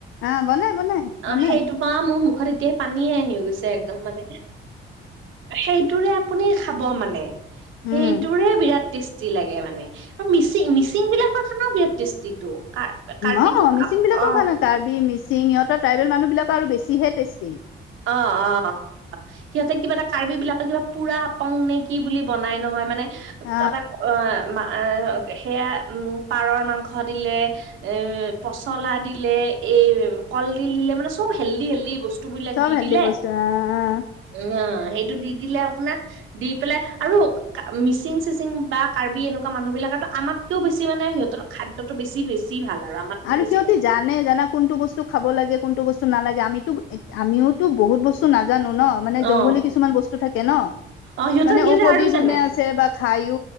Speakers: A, on the left; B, on the right.
A: অ বনাই বনাই বনাই
B: অ' সেইটো পৰা মোৰ মুখ ি গৈ একম, মান সেই আপুনি খাব মানে
A: উম
B: সেইটোৰে বিৰাট টেষ্টি লাগে মানে। ত মিচিং মিচিং বিলাকৰ খানাও বিৰাট টেষ্টিটো। কাৰ্বিটো
A: অ' মিচিং বিলাকৰ
B: অ
A: ভাল নে কাৰ্বি মিচিং ইহঁতৰ ট্ৰাইবেল মানুহ বিলাকৰ আৰু বেছিহে টেষ্টি।
B: অ', অ', অ'। সিহঁতে কিবা এটা কৰ্বিবিলকে কিবা পুৰা পং নে কি বুলি বনাই নহয় মানে।
A: অ
B: ততে অ' সেয়া পাৰৰ মাংস দিলে পচলা দিলে এ কলডিল দিলে মানে চ'ব হেল্ডি হেল্দি বস্তু ব
A: চব
B: দি
A: হেল্ডি
B: দিলে,
A: বস্তু অ অ
B: না সেইটো দি দিলে আপোনাৰ দি পেলাই আৰু মিচিং চিচিং বা কাৰ্বি এনেকুৱা মানুহ বিলাক সটো আমাতকও বেনে সিহঁতৰ খাদ্যটো বেি বেছি ভাল। আমাতকেও
A: আৰু
B: বেছি
A: সিহঁতি
B: ভাল
A: জানে জানা কোনটো বস্তু খাব লাগে কোনো বস্তু নালাগে আমিতো আমওো বহুত বস্তু ন নাজানো ন মানে
B: অ
A: জংঘলী কিছুমান বস্তু থাকে ন?
B: অ সিহঁতৰ
A: মানে
B: সিহঁতে
A: ঔষধি
B: আৰু
A: কোনে
B: জানে
A: আছে বা খাইো